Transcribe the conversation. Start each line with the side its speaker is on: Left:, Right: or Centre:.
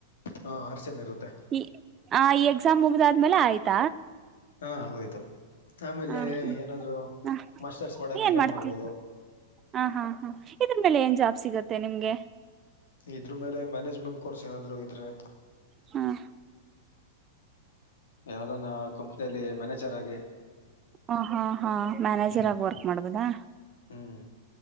Left: ಹಾ ಆರ್ ಸೆಮ್ ಇರುತ್ತೆ.
Right: ಈ ಆ ಎಕ್ಸಾಮ್ ಮುಗ್ದಾದ್ಮೇಲೆ ಆಯ್ತ.
Left: ಹಾ ಆಗೋಯ್ತು ಆಮೇಲೆ
Right: ಹ
Left: ಏನಾದ್ರು
Right: ಹ
Left: ಮಾಸ್ಟರ್ಸ್ ಮಾಡಂಗಿದ್ರೆ
Right: ಏನ್ ಮಾಡ್ತಿ
Left: ಮಾಡ್ಬೋದು.
Right: ಹ ಹಾ ಹಾ ಇದ್ರ್ ಮೇಲೆ ಏನ್ ಜಾಬ್ ಸಿಗುತ್ತೆ ನಿಮ್ಗೆ.
Left: ಇದ್ರ್ ಮೇಲೆ ಮ್ಯಾನೆಜ್ಮೆಂಟ್ ಕೋರ್ಸ್ ಏನಾದ್ರು ಇದ್ರೆ
Right: ಹ್ಮ್
Left: ಯಾವ್ದಾನ ಕಂಪ್ನಿಯಲ್ಲಿ ಮ್ಯಾನೇಜರ್ ಆಗಿ
Right: ಹ ಹಾ ಹಾ ಮ್ಯಾನೇಜರ್
Left: ಹಾ
Right: ಆಗ್ ವರ್ಕ್ ಮಾಡ್ಬೋದಾ
Left: ಹ್ಮ್